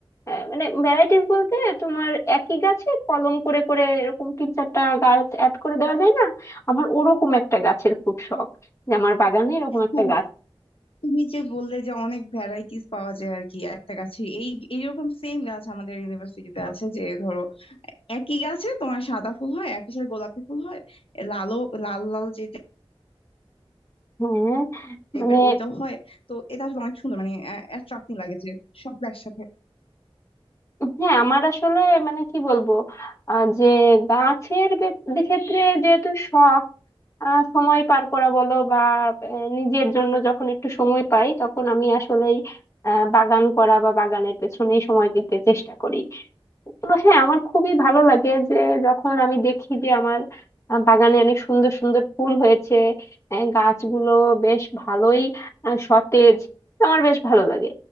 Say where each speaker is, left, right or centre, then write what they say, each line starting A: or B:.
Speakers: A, on the left (about 30°); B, on the left (about 65°).
A: আহ, মানে ভ্যারাইটিস বলতে তোমার একই গাছে কলম করে করে এরকম তিন চারটা গাছ অ্যাড করে দেওয়া যায় না আমার ওরকম একটা গাছের খুব শখ যে আমার বাগানে এরকম একটা
B: হ্যাঁ
A: গাছ
B: তুমি যে বললে যে অনেক ভ্যারাইটিস পাওয়া যায় আর কি একটা গাছে এই এইরকম সেম গাছ আমাদের ইউনিভার্সিটিতে আছে যে ধরো একই গাছে তোমার সাদা ফুল হয় একই সাথে গোলাপি ফুল হয় এ লালও লাল লাল যে
A: হ্যাঁ
B: টাইপের
A: মানে
B: ওইটাও হয় তো এটা আসলে অনেক সুন্দর মানে অ্যাট্রাক্টিং লাগে যে সব একসাথে
A: হ্যাঁ আমার আসলে মানে কি বলবো আহ, যে গাছের গে- ক্ষেত্রে যেহেতু শখ আহ, সময় পার করা বলো বা আহ, নিজের জন্য যখন একটু সময় পাই তখন আমি আসলেই আহ, বাগান করা বা বাগানের পেছনেই সময় দিতে চেষ্টা করি তো হ্যাঁ আমার খুবই ভালো লাগে যে যখন আমি দেখি যে আমার আহ, বাগানে অনেক সুন্দর সুন্দর ফুল হয়েছে আহ, গাছগুলো বেশ ভালোই আহ, সতেজ আমার বেশ ভালো লাগে